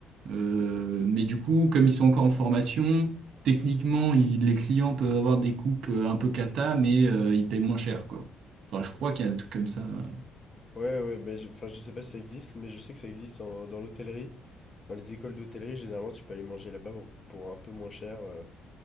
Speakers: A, on the right (about 70°); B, on the left (about 30°).
A: euh, mais du coup, comme ils sont encore en formation, techniquement, ils- les clients peuvent avoir des coupes euh, un peu cata, mais euh, ils payent moins cher quoi. Enfin, je crois qu'il y a un truc comme ça. euh.
B: Ouais, ouais, mais je, enfin, je sais pas si ça existe, mais je sais que ça existe en- dans l'hôtellerie. Dans les écoles d'hôtellerie, généralement, tu peux aller manger là-bas pour, pour un peu moins cher. euh,